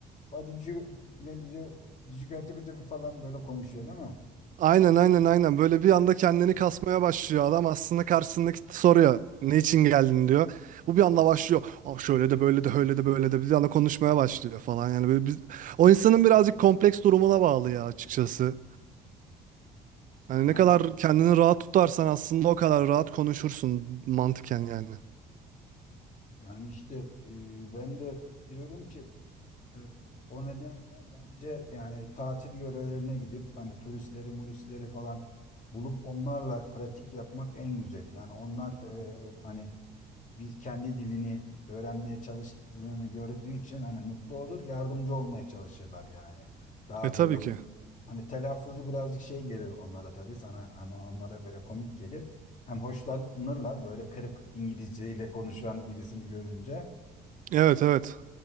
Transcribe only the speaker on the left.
What did you, ne diyor? Did you get it?" falan böyle konuşuyor değil mi?
Yani
yani işte e, ben de diyorum ki Ee, O nedenle bence yani tatil yörelerine gidip hani turistleri, muristleri falan bulup onlarla pratik yapmak en güzeli. Yani onlar e, hani biz kendi dilini öğrenmeye çalıştığını gördüğü için hani mutlu olur, yardımcı olmaya çalışırlar yani. Daha
böyle hani,
hani telaffuzu birazcık şey gelir onlara tabii sana hani onlara böyle komik gelir. Hem hoşlanırlar böyle kırık İngilizceyle konuşan birisini görünce.